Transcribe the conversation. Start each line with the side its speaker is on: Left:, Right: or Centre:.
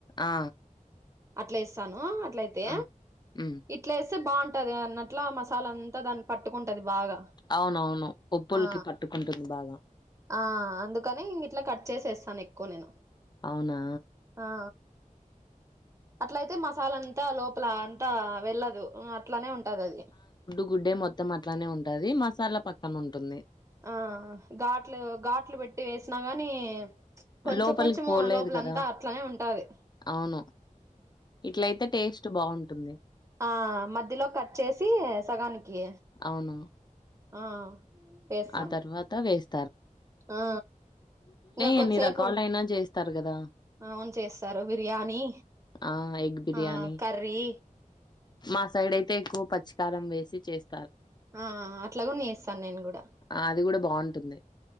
Left: ఆ
Right: అట్లా ఎస్తాను అట్ల అయితే
Left: ఆ ఉమ్
Right: ఇట్లాస్ బాగుంటది అన్నట్ల మసాలా అంతా దాన్కి పట్టుకుంటది బాగా
Left: అవునవును పప్పుల్కి
Right: ఆ
Left: పట్టుకుంటుంది బాగా
Right: ఆ అందుకని ఇంగ ఇట్లా కట్ చేసి వేస్తానూ ఎక్కువ నేను
Left: అవునా
Right: ఆ అట్లయితే మసాల అంతా లోపల అంతా వెళ్ళదు అట్లానే ఉంటాది అది
Left: గుడ్డె మొత్తం అట్లానే ఉంటది మసాలా పక్కన ఉంటుంది.
Right: ఆ ఘాట్లు ఘాట్లు పెట్టి వేసినా గాని కొంచెం
Left: లోపలికి
Right: కొంచం
Left: పోలేదు
Right: లోపలంతా
Left: కదా
Right: అట్లనే ఉంటాది.
Left: అవును. ఇట్లయితే టేస్ట్ బావుంటుంది.
Right: ఆ మధ్యలో కట్ చేసి సగానికి
Left: అవును.
Right: ఆ వేస్తాను
Left: ఆ తర్వాత వేస్
Right: ఆ ఇంకా కొద్దిసేపు
Left: ఎన్ని రకాలైనా చేస్తారు గదా!
Right: అవును చేస్తారు బిర్యానీ
Left: ఆ! ఎగ్ బిర్యానీ.
Right: ఆ కర్రీ
Left: మా సైడ్ అయితే ఎక్కువ పచ్చికారం వేసి చేస్
Right: ఆ అట్లాగుని చేస్తాను నేను కూడా
Left: ఆ అది కూడా బావుంటుంది.